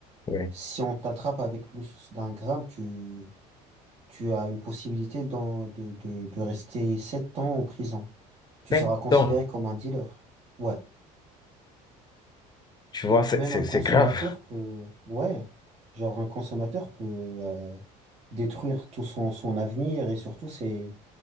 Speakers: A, on the left; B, on the right.
A: Oui.
B: Si on t'attrape avec plus d'un gramme, tu tu as une possibilité d'en- de de de rester 7 ans en prison. Tu
A: Sept
B: seras considéré
A: ans.
B: comme un dealer. Ouais.
A: Tu vois,
B: Donc
A: c'est
B: même
A: c'est-
B: un consommateur
A: c'est grave.
B: peut, ouais, genre un consommateur peut euh, détruire tout son, son avenir et surtout c'est